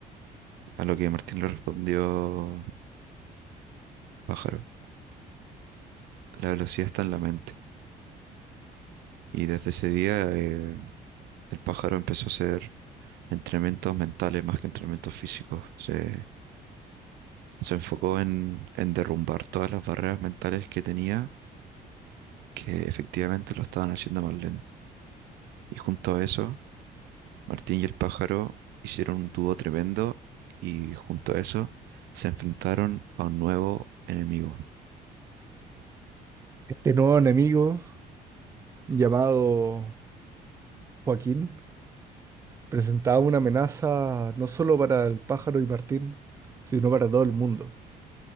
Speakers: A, on the right; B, on the right.
A: A lo que Martín le respondió Pájaro, la velocidad está en la mente. Y desde ese día eh, el pájaro empezó a hacer entrenamientos mentales más que entrenamientos físicos. Se, se enfocó en, en derrumbar todas las barreras mentales que tenía que efectivamente lo estaban haciendo más lento. Y junto a eso, Martín y el pájaro hicieron un dúo tremendo y junto a eso se enfrentaron a un nuevo enemigo.
B: Este nuevo enemigo, llamado Joaquín, presentaba una amenaza no solo para el pájaro y Martín, sino para todo el mundo,